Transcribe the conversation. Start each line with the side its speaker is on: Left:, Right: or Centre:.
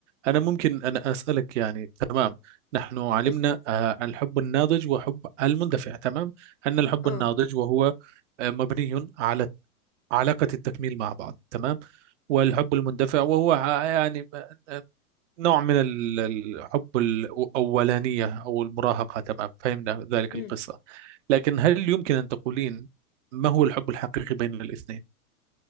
Right: أنا ممكن أن أسألك يعني تمام نحن علمنا
Left: اس...
Right: آه، الحب الناضج وحب المندفع تمام أن الحب
Left: آه
Right: الناضج وهو آه، مبني على علاقة التكميل مع بعض تمام والحب المندفع وهو ع- يعني آه، نوع من ال- الحب الأولانية أو المراهقة تمام فهمنا ذلك
Left: امم
Right: القصة لكن هل يمكن أن تقولين ما هو الحب الحقيقي بين الاثنين